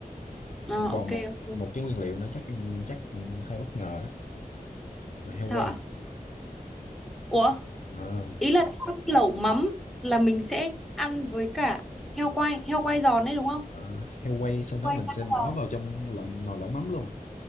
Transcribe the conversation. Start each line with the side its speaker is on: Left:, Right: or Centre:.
Centre: Ờ, ok
Left: Còn một
Centre: ok.
Left: một cái nguyên liệu nữa chắc em chắc em hơi bất ngờ á, là heo
Centre: Sao
Left: quay.
Centre: ạ? Ủa,
Left: À,
Centre: ý là lẩu mắm là mình sẽ ăn với cả heo quay, heo quay giòn đấy đúng không?
Left: à, heo quay xong đó
Centre: Quay
Left: mình
Centre: giòn.
Left: sẽ bỏ vào trong lò, nồi lẩu mắm luôn,